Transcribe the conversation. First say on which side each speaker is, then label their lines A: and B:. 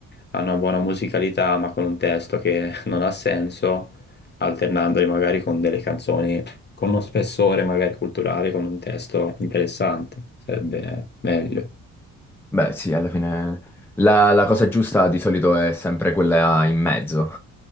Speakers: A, on the left; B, in the centre.
A: hanno una buona musicalità, ma con un testo che <laughs> non ha senso, alternandoli magari con delle canzoni con uno spessore magari culturale, con un testo interessante, sarebbe meglio.
B: beh sì, alla fine la la cosa giusta di solito è sempre quella in mezzo.